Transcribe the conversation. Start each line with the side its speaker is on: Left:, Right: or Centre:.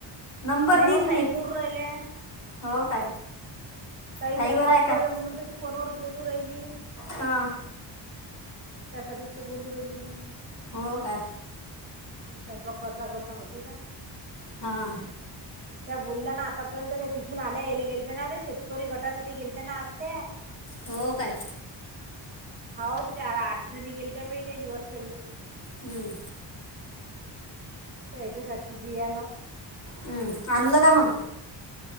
Left: नंबर
Right: नाही हो
Left: दिन
Right: ताई
Left: मी
Right: करू राहिल्या.
Left: हो काय
Right: काही
Left: ताईवर
Right: स्वयंपाक
Left: आहे
Right: उरला
Left: काय
Right: म्हणून तही फोनवर बोलू राहिली
Left: हां
Right: त्यासाचत बोलू राहिली मी
Left: हो का
Right: स्वयंपाक करता करता होते का
Left: हां
Right: त्या बोलल्या ना आतापर्यंत त्या तिकून आल्या याले गेलते ना ते शेतकरी गटासाठी गेलतेना असते
Left: हो काय
Right: हो ते चार अजजुनी गेल त्या पहि ते हिवरर खेळले
Left: हम्म
Right: तर याच्या सारखी बियाणं
Left: हम्म अनल का मग